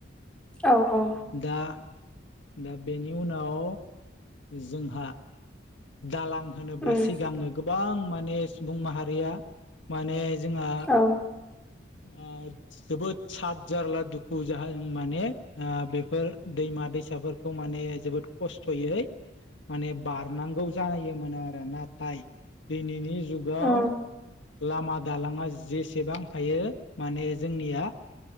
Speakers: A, in the centre; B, on the left.
A: औ औ
B: दा दा बेनि उनाव जोंहा दालां होनोब्ला
A: उम
B: सिगाङो गोबां माने सुबुं माहारिया माने जोंहा
A: औ
B: ओ जोबोद साद जारला दुखु जाहा जों माने ओ बेफोर दैमा दैसाफोर माने जोबोद खस्थ'यै मान बार। नांगौ जानायोमोन आरो नाथाय दिनैनि जुगाव।
A: उम
B: लामा दालाङा जेसेबां हायो माने जोंनिया